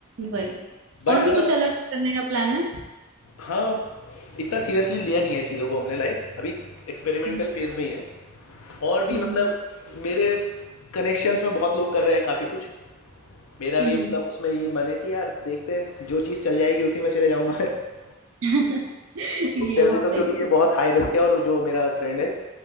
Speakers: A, on the right (about 70°); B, on the left (about 85°).
A: वही
B: बट
A: और
B: हाँ
A: भी कुछ अलग से करने का प्लान है
B: हाँ इतना सीरियसली लिया नहीं है चीज़ों को हमने लाइक अभी एक्सपेरिमेंटल
A: हम्म
B: फेज में ही है और भी
A: हम्म
B: मतलब मेरे कनेक्शंस में बहुत लोग कर रहे हैं काफ़ी कुछ मेरा
A: हम्म,
B: भी
A: हम्म।
B: मतलब उसमें ही मन है कि यार देखते हैं जो चीज़ चल जाएगी उसी में चले जाऊंगा <laughs>
A: <laughs> ये
B: देखते हैं
A: भी
B: अभी
A: सही
B: तो क्योंकि
A: है
B: ये बहुत हाई रिस्क है और जो मेरा फ्रेंड है